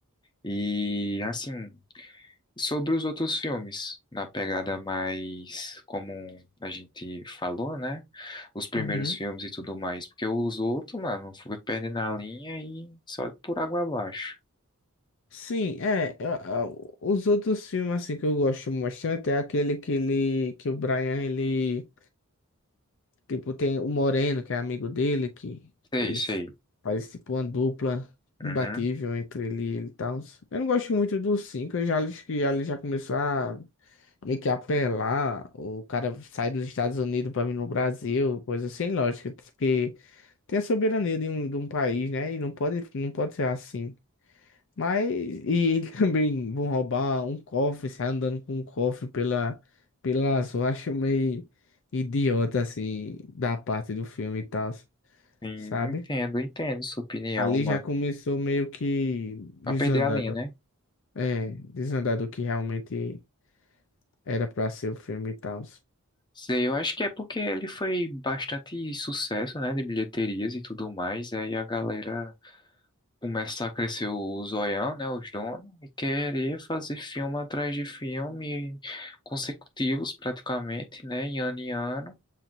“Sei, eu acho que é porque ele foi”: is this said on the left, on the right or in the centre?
Left